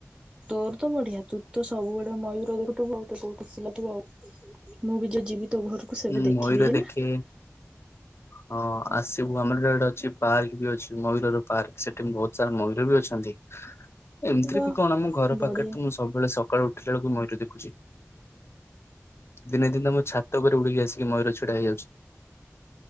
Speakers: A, on the right; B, on the left.
A: ତୋର ତ ବଢିଆ ତୁ ତ ସବୁବେଳେ ମୟୂର ଦେଖୁଥିବୁ ତତେ ତ ଖୁସି ଲାଗିବ ଆଉ। ମୁଁ ବି ଯୋଉ ଯିବି ତୋ ଘରକୁ ସେବେ
B: ଉଁ
A: ଦେଖିବି
B: ମୟୂର
A: ହେଲା।
B: ଦେଖେ ହଁ ଆସିବୁ ଆମର ଏ ଇଆଡେ ଗୋଟେ ଅଛି ପାର୍କ ବି ଅଛି ମୟୂରର ପାର୍କ। ସେଠି ବହୁତ ସାରା ମୟୂର ବି ଅଛନ୍ତି ଏମିତିରେ
A: ବା
B: ବି କଣ ଆମ ଘର
A: ବଢିଆ
B: ପାଖରେ ତ ମୁଁ ଶୁଣୁ ସବୁବେଳେ ସକାଳୁ ଉଠିଲା ବେଳକୁ ମୟୁରୁ ଦେଖୁଛି। ଦିନେ ଦିନ ଆମ ଛାତ ଉପରେ ଉଡିକି ଆସିକ ମୟୂର ଛିଡା ହେଇଯାଉଛି।